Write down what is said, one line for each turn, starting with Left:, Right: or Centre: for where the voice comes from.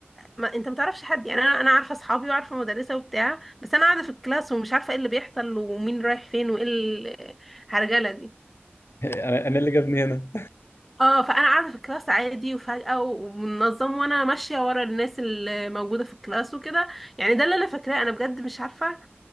Centre: ما انت ما تعرفش حد يعني انا انا عارفه اصحابي وعارفه مدرسه وبتاع بس انا قاعده في الكلاس ومش عارفه ايه اللي بيحصل ومين رايح فين وايه الهرجله دي
Left: <laughs> أنا أنا اللي جابني هنا
Centre: اه فانا قاعده في الكلاس عادي وفجاه ومنظم وانا ماشيه ورا الناس اللي موجوده في الكلاس وكده يعني ده اللي انا فاكراه انا بجد مش عارفه